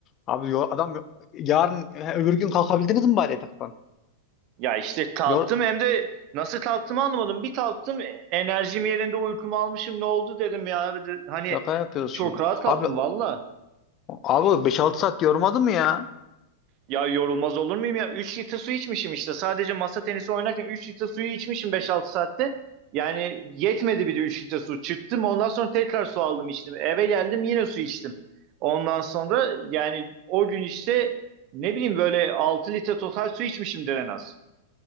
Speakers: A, on the left; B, on the right.
A: Abi yo- adam yo- yarın he, öbür gün kalkabildiniz mi bari yataktan?
B: Ya işte kalktım
A: Yor,
B: hem de nasıl kalktığımı anlamadım. Bir kalktım e, enerjim yerinde uykumu almışım ne oldu dedim ya. Hani
A: yaka yapıyorsun.
B: çok rahat kalktım
A: Abi
B: valla.
A: abi 5-6 saat yormadı mı ya?
B: Ya yorulmaz olur muyum ya? üç litre su içmişim işte. Sadece masa tenisi oynarken 3 litre suyu içmişim beş altı saatte. Yani yetmedi bir de 3 litre su. Çıktım ondan sonra tekrar su aldım içtim. Eve geldim yine su içtim. Ondan sonra yani o gün işte ne bileyim böyle 6 litre total su içmişimdir en az.